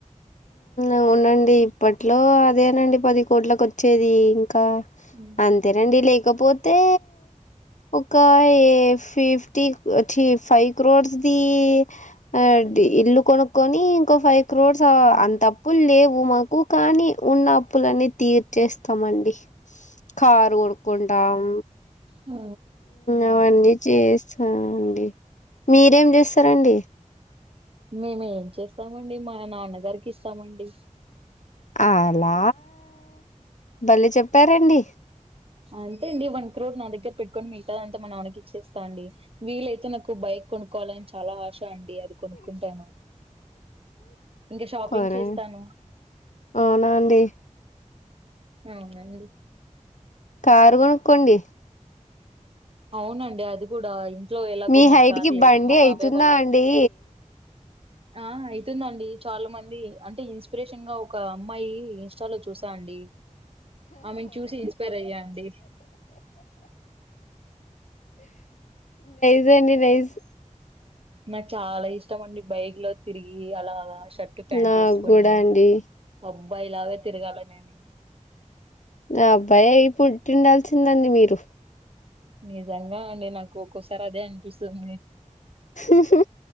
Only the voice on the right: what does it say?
ఉమ్,
ఉమ్,
ఆ
మేమేం చేస్తామండి మా నాన్నగారికి ఇస్తామండి
అంతే అండి వన్ క్రోర్ నా దగ్గర పెట్టుకొని మిగతా అంత మా నాన్నకి ఇచ్చేస్తా అండి వీలైతే నాకు బైక్ కొనుక్కోవాలని చాలా ఆశ అండి అది కొనుక్కుంటాను ఇంకా షాపింగ్
చేస్తాను
అవునండి
అవునండి అది కూడా ఇంట్లో ఎలాగో
మా
కార్ లేదు
మా
బాబాయ్ వాళ్ళకు
ఆ అయితుందండి చాలా మంది అంటే ఇన్స్పిరేషన్ గా ఒక అమ్మాయి ఇన్స్టాలో చూస్ త అండి ఆమెను చూసి ఇన్స్పైర్ అయ్యాండి
నాకు చాలా ఇష్టం అండి బైక్ లో తిరిగి అలా షర్ట్ ప్యాంట్
వేసుకొని
అబ్బాయిలగా తిరగాల నేను
నిజంగా అండి నాకు ఒక్కొసారి అదే అనిపిస్తది